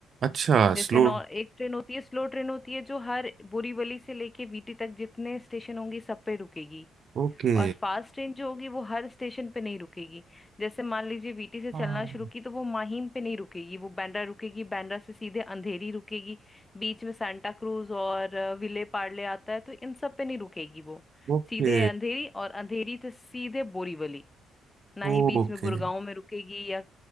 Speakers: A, on the right; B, on the left.
A: अच्छा
B: जैसे
A: स्लो
B: नॉ एक ट्रेन होती है स्लो ट्रेन होती है जो हर बोरीवली से लेके वीटी तक जितने स्टेशन होंगे सब पे रुकेगी
A: ओके
B: और फास्ट ट्रेन जो होगी वो हर स्टेशन पे नहीं रुकेगी जैसे मान लीजिए वीटी से चलना
A: हाँ
B: शुरू की तो वो माहिम पे नहीं रुकेगी वो बांद्रा रुकेगी बांद्रा से सीधे अंधेरी रुकेगी बीच में सांता क्रूज और अ, विले पार्ले आता है तो इन सब पे नहीं रुकेगी वो
A: Okay
B: सीधे अंधेरी और अंधेरी से सीधे बोरीवली ना ही
A: okay
B: बीच में गुड़गांव में रुकेगी या